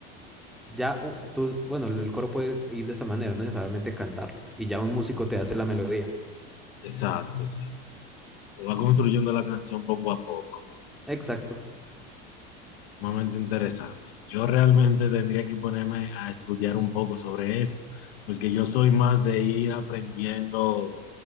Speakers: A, in the centre; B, on the left.
A: Ya uh, tú, bueno, el coro puede ir de esta manera, no necesariamente cantarlo, y ya un músico te hace la melodía.
B: exacto, exacto. Se va construyendo la canción poco a poco.
A: Exacto.
B: Sumamente interesante. Yo realmente tendría que ponerme a estudiar un poco sobre eso, porque yo soy más de ir aprendiendo,